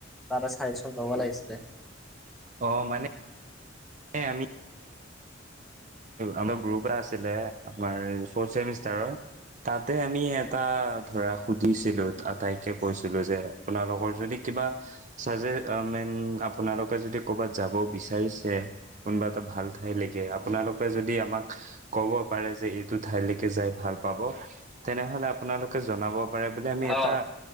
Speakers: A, in the centre; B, on the right.
A: তাতে চাজেশন লব লাগিছিলে।
B: অ মানে আমি আমাৰ গ্ৰুপ এ আছিলে, আমাৰ ফৰ চেমিষ্টাৰৰ তাতে আমি এটা ধৰা সুধিছিলো। আটাইকে কৈছিলো যে আপোনালোকৰ যদি কিবা চাজে মেন আপোনালোকে যদি ক'বাত যাব বিচাৰিছে কোনোবা এটা ভাল ঠাইলৈকে। আপোনালোকে যদি আমাক ক'ব পাৰে যে এইটো ঠাইলৈকে যাই ভাল পাব তেনেহলে আপোনালোকে জনাব। পাৰে বুলি আমি
A: অ'।
B: এটা,